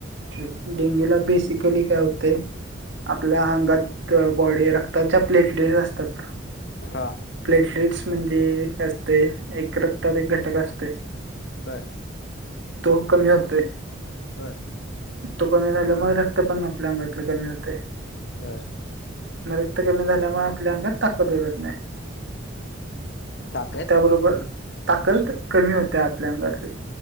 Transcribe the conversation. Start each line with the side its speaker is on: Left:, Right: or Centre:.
Right: डेंग्यू ला बेसिकली काय होतय? आपल्या अंगात बॉडी रक्तात ज्या प्लेटलेट्स असतात
Left: हा
Right: प्लेटलेट्स म्हणजे असतय एक रक्तात एक घटक असतय
Left: बर
Right: तो कमी होतोय
Left: बर
Right: तो कमी झाल्यामुळे रक्त पण आपल्या अंगातले कमी होतेय.
Left: बर
Right: रक्त कमी झाल्यामुळे आपल्या अंगात ताकद उरत नाही.
Left: ताकद
Right: त्याबरोबर ताकद कमी होत्या आपल्या अंगातली